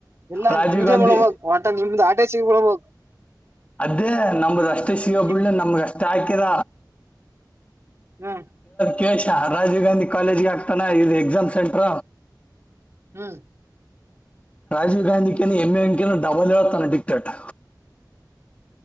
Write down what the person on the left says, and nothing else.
ರಾಜೀವ್
ಗಾಂಧಿ
ಅದೇ ನಮ್ದ ಅಷ್ಟೇ ಸಿಗೋ
ಬಿಳ್ಳಿ ನಮ್ಗ ಅಷ್ಟೇ ಹಾಕರ
ಕಶ ರಾಜೀವ್ ಗಾಂಧಿ ಕಾಲೇಜ್ಗೆ ಆಗ್ತಾನ ಇದು ಎಕ್ಸಾಮ್ ಸೆಂಟ್ರ
ರಾಜೀವ್ ಗಾಧಿ ಕ ಎಂ ಎ ಎಂ ಕ ಡಬಲ್ ಹೇಳತಾನ ಡಕ್ಟ್